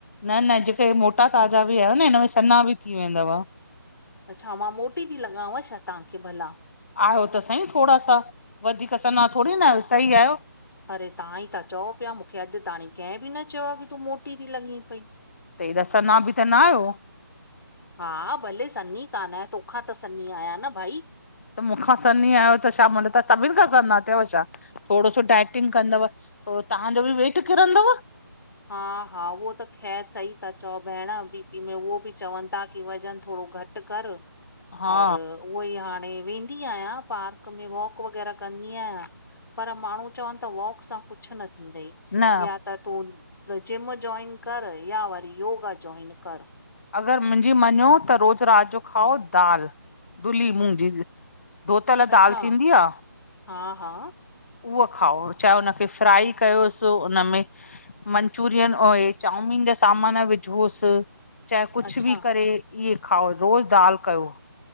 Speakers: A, on the left (about 40°); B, on the left (about 70°).
A: न- न जेके मोटा ताज़ा बि आहियो न हिनमें सन्हा बि थी वेंदव।
B: अच्छा, मां मोटी ती लॻांव छा तांखे भला।
A: आयो त सईं थोरा सा, वधीक सन्हा थोरी न, सही आहे।
B: अरे तां ई ता चओ पिया मुखे अॼु ताणी कंहिं बि न चयो कि तूं मोटी ती लॻें पई।
A: हेॾा सन्हा बि त न आहियो।
B: हा, भले सनी कान आहियां, तोखां त सनी आहियां न भाई।
A: त मूंखां सन्ही आहियो त छा माना त सभिनि खां सन्हा थियउ छा? थोरो सो डाइटिंग कंदव, थोरो तहांजो बि वेट किरंदव।
B: हा हा, उहो त ख़ैर सही ता चओ भेण, बी पी में उहो बि चवनि ताकी वज़न थोरो घटि कर,
A: हा
B: और उहो ई हाणे वेंदी आहियां, पार्क में वॉक वग़ैरह कंदी आहियां। पर माण्हूं चवनि ता, वॉक सां कुछु न थींदई।
A: न
B: या त तूं जिम जॉइन कर या वरी योगा जॉइन कर।
A: अगरि मुंजी मञों त रोज़ु राति जो खाओ दाल, दु्हली मुंग जी, जी। धोतल
B: अच्छा
A: दालि थींदी आ?
B: हा हा
A: उहा खाओ, चाहे हुनखे फ्राई कयोसि उन में। मंचुरियन ओए चाउमीन जा सामान विझोसि। चाहे कुछु
B: अच्छा
A: भी करे इहे खाओ, रोज़ दालि कयो।